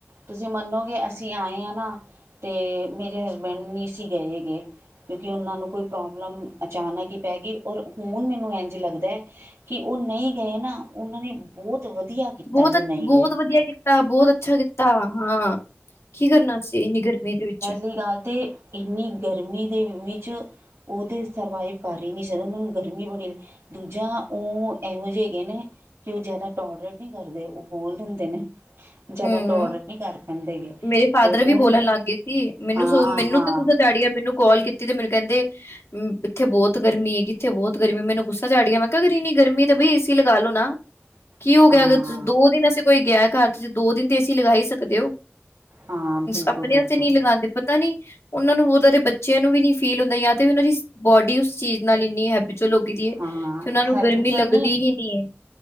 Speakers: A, on the right (about 80°); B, on the left (about 80°).
A: ਤੁਸੀਂ ਮੰਨੋਗੇ ਅਸੀਂ ਆਏ ਹਾਂ ਨਾ ਤੇ ਮੇਰੇ ਹਸਬੈਂਡ ਨਹੀਂ ਸੀਂ ਗਏ ਹੈਗੇ। ਕਿਉਂਕਿ ਉਹਨਾਂ ਨੂੰ ਕੋਈ ਪ੍ਰੋਬਲਮ ਅਚਾਨਕ ਹੀ ਪੈ ਗਈ ਔਰ ਹੁਣ ਮੈਨੂੰ ਇੰਝ ਲੱਗਦਾ ਕਿ ਉਹ ਨਹੀਂ ਗਏ ਨਾ ਉਹਨਾਂ ਨੇ ਬਹੁਤ ਵਧੀਆ ਕੀਤਾ
B: ਬਹੁਤ
A: ਜੋ ਨਹੀਂ
B: ਬਹੁਤ
A: ਗਏ
B: ਵਧੀਆ ਕੀਤਾ ਬਹੁਤ ਅੱਛਾ ਕੀਤਾ ਹਾਂ ਕੀ ਕਰਨਾ ਸੀ ਇੰਨੀ ਗਰਮੀ ਦੇ ਵਿੱਚ।
A: ਦੀ ਗੱਲ ਤਾਂ ਇੰਨੀ ਗਰਮੀ ਦੇ ਵਿੱਚ ਉਹ ਤਾਂ ਸਰਵਾਈਵ ਕਰ ਹੀ ਨਹੀਂ ਸਕਦੇ ਉਹਨਾਂ ਨੂੰ ਗਰਮੀ ਬੜੀ ਦੂਜਾ ਉਹ ਇਹੋ ਜਿਹੇ ਹੈਗੇ ਨੇ, ਕਿ ਉਹ ਜ਼ਿਆਦਾ ਟੋਲਰੇਟ ਨਹੀਂ ਕਰਦੇ ਉਹ ਬੋਲ ਦਿੰਦੇ ਨੇ। ਜ਼ਿਆਦਾ
B: ਹੂੰ
A: ਟੋਲਰੇਟ ਨਹੀਂ ਕਰ ਪੈਂਦੇਗੇ
B: ਮੇਰੇ ਫਾਦਰ
A: ਤੇ ਹੁਣ
B: ਵੀ ਬੋਲਣ ਲੱਗ ਗਏ ਸੀ ਮੈਨੂੰ
A: ਹਾਂ
B: ਸੋ ਮੈਨੂੰ
A: ਹਾਂ।
B: ਤੇ ਗੁੱਸਾ ਚੜ ਮੈਨੂੰ ਕਾਲ ਕੀਤੀ ਤੇ ਮੈਨੂੰ ਕਹਿੰਦੇ ਇੱਥੇ ਬਹੁਤ ਗਰਮੀ ਹੈ ਕਿੱਥੇ ਬਹੁਤ ਗਰਮੀ ਮੈਂਨੂੰ ਗੁੱਸਾ ਚੜ ਗਿਆ ਮੈਂ ਕਿਹਾ ਅਗਰ ਇੰਨੀ ਗਰਮੀ ਤੇ ਬਈ ਏਸੀ ਲਗਾ ਲੋ ਨਾ।
A: <inaudible>
B: ਕੀ ਹੋ ਗਿਆ
A: ਹਾਂ
B: ਅਗਰਂ ਦੋ ਦਿਨ ਅਸੀਂ ਕੋਈ ਗਿਆ ਘਰ ਚ ਦੋ ਦਿਨ ਤੇ ਏ ਸੀਂ ਲਗਾ ਹੀ ਸਕਦੇ ਹੋ।
A: ਹਾਂ ਬਿਲਕੁਲ
B: ਆਪਣੇ
A: ਬਿਲਕੁਲ
B: ਉੱਤੇ ਨਹੀਂ ਲਗਾਉਂਦੇ ਪਰ ਤਾ ਨੀ ਉਹਨਾਂ ਨੂੰ ਉਹਨਾਂ ਦੇ ਬੱਚਿਆਂ ਨੂੰ ਵੀ ਨੀ ਫੀਲ ਹੁੰਦਾ ਜਾਂ ਤੇ ਉਹਨਾਂ ਦੀ ਬੋਡੀ ਉਸ ਚੀਜ਼ ਨਾਲ ਇੰਨੀ ਹੈ ਜੋ ਲੋਗੀ ਦੀ ਹੈ ਤੇ
A: ਹਾਂ
B: ਉਹਨਾਂ ਨੂੰ
A: ਹੈਬੀਚੁਅਲ
B: ਗਰਮੀ ਲੱਗਦੀ ਹੀ ਨਹੀਂ ਏ।